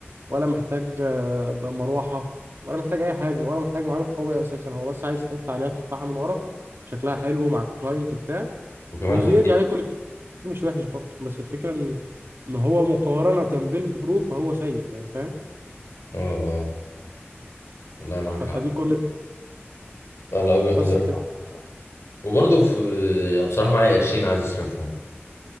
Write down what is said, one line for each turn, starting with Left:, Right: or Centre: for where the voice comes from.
Right: ولا محتاج آه، بقى مروحه ولا محتاج اي حاجه ولا محتاج معالج قوي اساسا هو بس عايز حته عليها تفاحه من ورا شكلها حلو مع الكلاينت بتاع
Left: وكمان
Right: وبيدي
Left: خفيف
Right: عليه كل شيء مش وحش برضه بس الفكره ان إن هو مقارنه بالبرو فهو سيء يعني فاهم
Left: اه آه، والله معاك
Right: ف-
Left: حق
Right: فدي كل
Left: طلع وجهة
Right: بس
Left: نظرك
Right: كده
Left: صح بصراحة. وبرضه في انا بصراحه معايا قرشين عايز اصرفهم